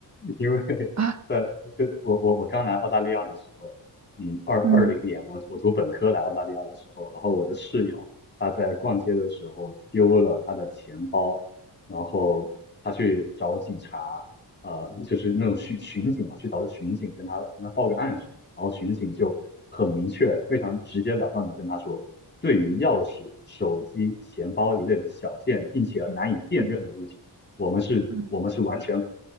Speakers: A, on the left; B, on the right.
A: 因为
B: 啊，
A: 在就我我我刚来澳大利亚的时候，嗯，二二零年我我读本科来澳大利亚的时候，
B: 嗯
A: 然后我的室友他在逛街的时候丢了他的钱包，然后他去找警察，呃，就是那种巡巡警嘛，去找巡警跟他跟他报个案什么，然后巡警就很明确、非常直截了当的跟他说，对于钥匙、手机、钱包一类的小件，并且难以辨认的物品。
B: 嗯
A: 我们是，
B: 嗯
A: 我们是完全